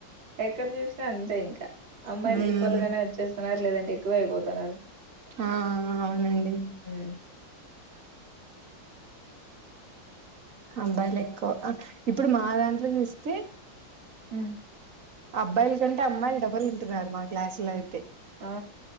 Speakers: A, on the right (about 65°); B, on the right (about 45°).
A: ఎక్కడ చూసిన అంతే ఇంకా అమ్మాయిలు
B: హ్మ్
A: ఈక్వల్ గానే వచ్చేస్తున్నారు లేదంటే ఎక్కువే అయిపోతున్నారు
B: ఆ అవునండి
A: ఉమ్
B: అబ్బాయిలు ఎక్కువ ఇప్పుడు మా దాంట్లో చేస్త తే
A: ఉమ్
B: అబ్బాయిల కంటే అమ్మాయిలే ఉంటున్నారు అన్న మాట్ క్లాస్లోలో అయితే
A: ఆ